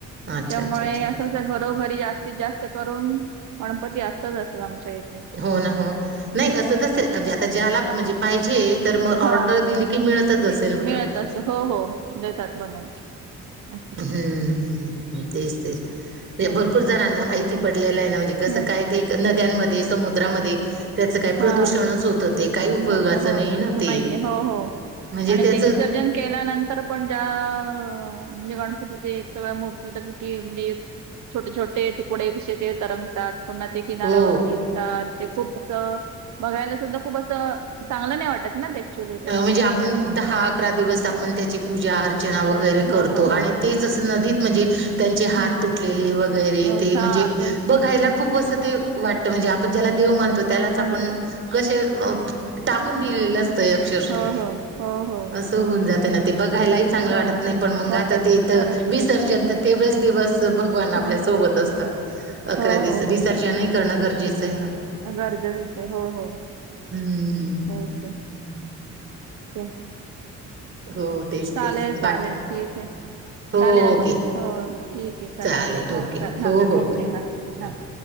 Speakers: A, on the right; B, on the right.
A: अच्छा
B: तिच्यामुळे
A: अच्छा अच्छा
B: असं घरोघरी जास्तीत जास्त करून गणपती असतच, अस आमच्या इथ
A: हो ना हो. नाही असं असेल, जे आता ज्याला म्हणजे पाहिजे तर
B: ते
A: मग
B: हा
A: ऑर्डर दिली की मिळतच
B: दे-
A: असेल म्हणा.
B: मिळत असं हो हो. देतात बनवून अस
A: हं हं. तेच तेच ते
B: हो
A: भरपूर जणांना माहिती पडलेल आहे ना म्हणजे कस
B: हो
A: काय? ते नद्यांमध्ये, समुद्रामध्ये त्याच काय प्रदूषणच
B: हा
A: होत ते काही उपयोगाचं
B: होत हो.
A: नाही ना
B: इथ
A: ते.
B: नाहीये. हो हो.
A: म्हणजे
B: आणि
A: त्याचं
B: ते विसर र्जन केल्यानंतर, पण ज्या म्हणजे गणपतीचे सगळ्या मूर्तीचा किती म्हणजे? छोटे छोटे तुकडे कसे ते तरंगतात. पुन्हा ते किनाऱ्यावरती
A: हो.
B: येतात. ते खूप अस बघायला सुद्धा खूप अस तर, चांगलं नाही वाटत ना ते? ऍक्च्युली ते
A: अं म्हणजे, आपण दहा अकरा दिवस आपण त्याची पूजा अर र्चना वगैरे
B: हो हो
A: करतो.
B: हो
A: आणि
B: हो
A: तेच अस नदीत म्हणजे, त्यांचे
B: हम्म.
A: हात तुटलेले वगैरे
B: एवढं-
A: ते म्हणजे
B: हा तेच
A: बघायला खूप असं ते वाटत, म्हणजे आपण ज्याला देव मानतो त्यालाच आपण
B: हा, तेच.
A: कसे टाकून दिलेलं असतं. अक्षरशः
B: हो हो हो हो
A: असं होऊन जाते ना. ते बघायलाही
B: जात
A: चांगलं
B: हो
A: वाटत नाही. पण मग
B: वाटत
A: आता तिथं
B: नाही खरंच
A: विसर्जन
B: आहे
A: तर तेवढच दिवस जो भगवान आपल्यासोबत
B: हम्म.
A: असतात.
B: हो
A: दिवस
B: हो
A: विसर्जनही
B: हो
A: करणं गरजेचं आहे ना
B: गरजेच आहे. हो हो
A: हं, हं.
B: ह <unintelligible>
A: हो तेच,
B: चालेल
A: तेच बाकी
B: चालेल ठीक आहे.
A: हो
B: चालेल आपण
A: ओके.
B: हो ठीक आहे. चला
A: चालेल
B: हा
A: ओके.
B: चल
A: हो,
B: हा
A: हो.
B: ओक
A: <unintelligible>
B: हा